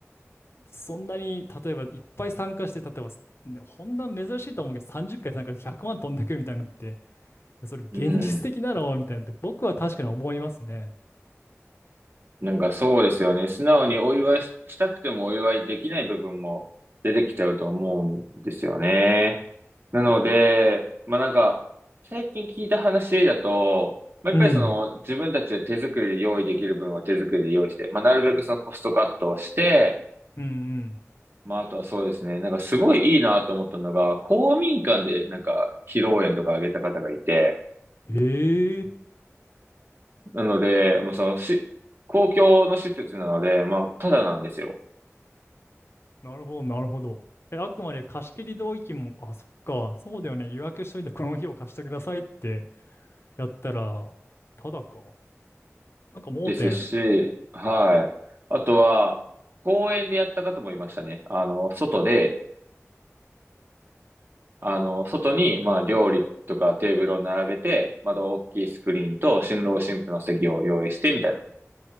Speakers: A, on the left; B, on the right.
A: そんなに例えばいっぱい参加して、例えば、ねほんな珍しいと思うけど、30回参加して100万飛んでくみたいなのって、それ現実的だろうみたいなって僕は確かに思いますね。
B: うん。なんかそうですよね。素直にお祝いししたくてもお祝いできない部分も出てきちゃうと思うんですよね。なので、まあなんか、最近聞いた話だと、まあやっぱりその自分たちで手作りで用意できる分は手作りで用意して、
A: うん、
B: まあなるべくそのコストカットをして、
A: うん、うん。
B: まああとはそうですね、なんかすごいいいなと思ったのが、公民館でなんか披露宴とかあげた方がいて、
A: へえ
B: なので、まあそのし、公共の施設なので、まあただなんですよ。
A: なるほど、なるほど。え、あくまで貸し切り同意見も、あ、そっか、そうだよね、予約しといてこの日を貸してくださいってやったら、ただか。なんか盲点。
B: ですし、はい。あとは、公園でやった方もいましたね。あの、外で、あの、外に、まあ、料理とかテーブルを並べて、窓大きいスクリーンと、新郎新婦の席を用意して、みたいな。